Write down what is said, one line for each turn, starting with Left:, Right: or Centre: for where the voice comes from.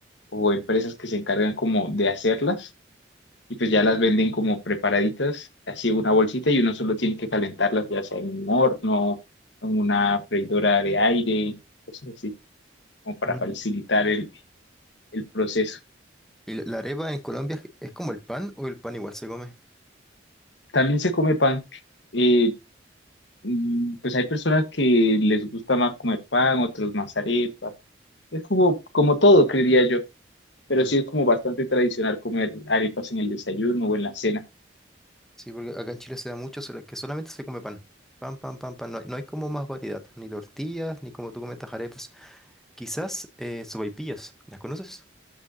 Left: o empresas que se encargan como de hacerlas y pues ya las venden como preparaditas, así en una bolsita y uno solo tiene que calentarlas ya sea en un horno, en una freidora de aire, cosas así, como para
Centre: Mm.
Left: facilitar el, el proceso.
Centre: ¿Y la la arepa en Colombia es es como el pan o el pan igual se come?
Left: También se come pan. Eh, mm, pues hay personas que les gusta más comer pan, otros más arepa. Es como, como todo, creería yo. Pero
Centre: Mm.
Left: sí es como bastante tradicional comer arepas en el desayuno o en la cena.
Centre: Sí, porque acá en Chile se da mucho sola- que solamente se come pan. Pan, pan, pan, pan. No hay, no hay como más variedad. Ni tortillas, ni como tú comentas arepas. Quizás eh, sopaipillas. ¿Las conoces?